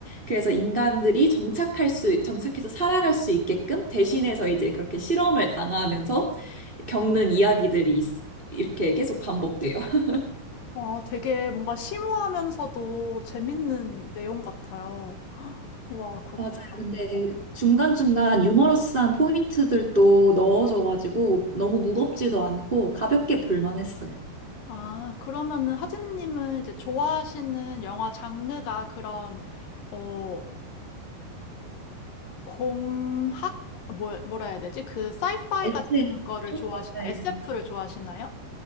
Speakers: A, on the right; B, on the left.
A: 그래서 인간들이 정착할 수, 정착해서 살아갈 수 있게끔 대신해서 이제 그렇게 실험을 당하면서 겪는 이야기들이 있- 이렇게 계속 반복돼요. <laughs>
B: 와, 되게 뭔가 심오하면서도 재밌는 내용 같아요. <gasps> 와, 그렇군.
A: 맞아요. 근데 중간중간 유머러스한 포인트들도 넣어줘가지고 너무 무겁지도 않고 가볍게 볼만했어요.
B: 아, 그러면은 하진님은 이제 좋아하시는 영화 장르가 그런, 어, 공학? 뭐, 뭐라 해야 되지? 그 사이파이
A: SF,
B: 같은 거를 좋아하시나?
A: 맞아요.
B: SF를 좋아하시나요?